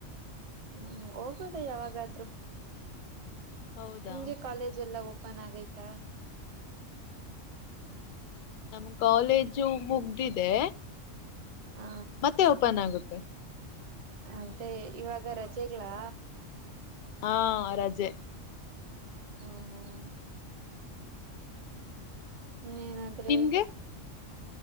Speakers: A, on the right (about 35°); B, on the left (about 55°).
A: ಹ್ಮ್ ಹೋಗೋದ ಯಾವಾಗಾದ್ೂ
B: ಹೌದಾ
A: ನಿಮ್ಗೆ ಕಾಲೇಜ್ ಎಲ್ಲ ಹೋಗ ಪ್ಪನ್ ಆಗೈತಾ
B: ನಮ ಕಾಲೇಜು ಮುಗ್ದಿದೆ
A: ಹ
B: ಮತ್ತೆ ಓಪನ್ ಆಗುತ್ತೆ
A: ಅದೆ ಇವಾಗ ರಜೆಗ್ಲಾ
B: ಹಾ ರಜೆ
A: ಹ್ಮ್ ಹ್ಮ್ ಹ್ ಏನಾದ್ರೆ
B: ನಿಮ್ಗೆ